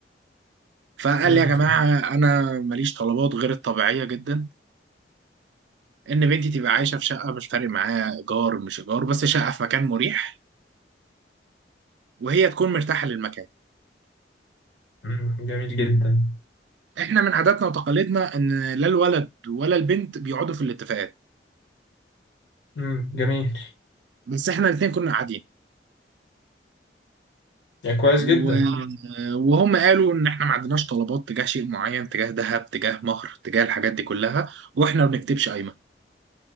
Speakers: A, on the right; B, on the left.
A: فقال
B: مم،
A: لي يا جماعة أنا ماليش طلبات غير الطبيعية جدا إن بنتي تبقى عايشة في شقة مش فارق معاها إيجار مش إيجار بس شقة في مكان مريح وهي تكون مرتاحة للمكان
B: مم، جميل جدا
A: إحنا من عاداتنا وتقاليدنا إن لا الولد ولا البنت بيقعدوا في الاتفاقات
B: مم، جميل
A: بس إحنا الاتنين كنا قاعدين
B: يعني كويس
A: و...
B: جدا
A: وهم قالوا ان احنا ما عندناش طلبات تجاه شيء معين تجاه ذهب تجاه مهر تجاه الحاجات دي كلها واحنا ما بنكتبش قايمه